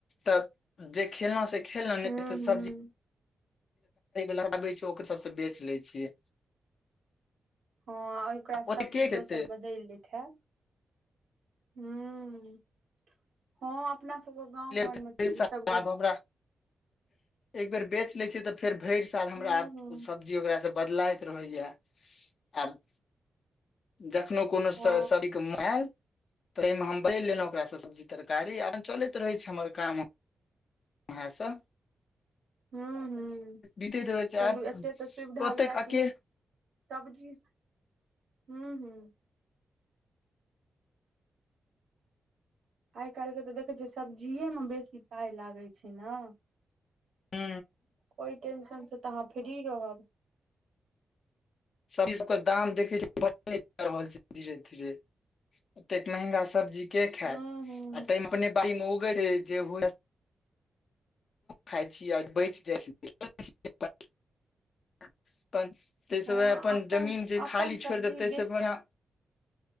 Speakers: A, on the left; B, on the right.
A: तऽ जे खेलना से खेलन
B: हूँ
A: नहि तऽ
B: हूँ
A: सब्जी लगाबै छै ओकर सब सँ बेच लै छियै
B: हाँ ओकरा
A: ओते
B: सब्जी
A: के खेतै
B: दोसर बदल ले छै खेब ह हँ अपना सब सब गाँंव
A: फेर
B: घर में तऽ ई सब के
A: आब हमरा एक बेर बेच ले छिय तऽ फेर भरि साल हमरा
B: हूँ
A: आब
B: हूँ
A: सब ज ओकास से बदलाैत रहैया आब जखनो कोनो
B: हँ
A: सरि के म आयल तमे हम बजि लेलहुँ ओकरा सब्जि तरकारी आर चलैत रहै छै हमर काम उहे सब
B: हूँ हूँ
A: दित रह छै
B: चलू
A: आई
B: एते तऽ सुविधा
A: ओते
B: यए
A: अी
B: कि सब्जी हू हू आइ काल्हिके तऽ देखै छियै सब्जिए मे बेसी पाइ लागै छै ने
A: ह
B: कोइ टेंशन छै तऽ अहाँ फ्री रहब
A: सब ची सब के दाम देखे छी रहल छै धीरे धीरे एतेक महंगा सब्जी के खायत
B: हूं हूं
A: आ तहिमे अपने मोग <unintelligible> खाइ छीय आ बचि जाई छीए अपन तहिस
B: हँ
A: वह अपन जमीन जे
B: अपन
A: खाली
B: सब्जी
A: छोड़ देते
B: देख
A: से बढिया